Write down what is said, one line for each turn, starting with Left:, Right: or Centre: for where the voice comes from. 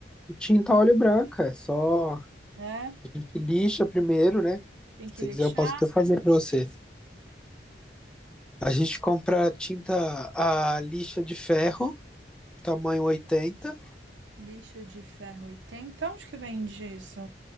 Centre: Tinta óleo branca, é só a
Right: Né?
Centre: gente lixa primeiro, né?
Right: Tem que
Centre: Se
Right: lixar?
Centre: quiser, eu posso até fazer pra você. A gente compra tinta a lixa de ferro, tamanho 80,
Right: Lixa de ferro e tem. Então, onde que vende isso?